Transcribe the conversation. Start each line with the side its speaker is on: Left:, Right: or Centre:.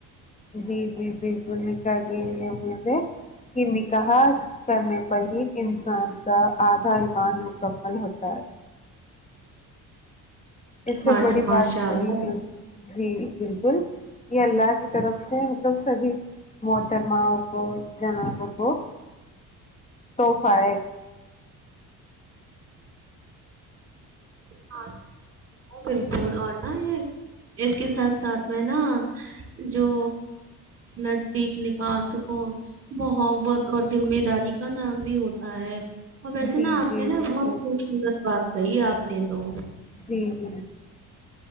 Left: جی جی بالکل نکال دیے یہ بھے کہ نکا کرنے پر ہی انسان کا آدھا ایمان مکمل ہوتا ہے اس سے
Right: ہاں
Left: بڑی
Right: جی ماشاء
Left: بات وہی
Right: اللہ
Left: جی بالکل یہ اللہ کی طرف سے مطلب سبھی محترماوں کو جنابوں کو توحفہ ہے
Right: ہ بالکل
Left: جی
Right: اور ن یہ اس کے ساتھ ساتھ میں نا جو نزدیک نکا سکوں محبت اور ذمہ داری کا نام بھی ہوتا ہے اور ویسے
Left: جی
Right: نا آپ
Left: جی
Right: نے نا
Left: بالکل
Right: بہت خوبصورت بات کہی آپ نے تو
Left: جی جی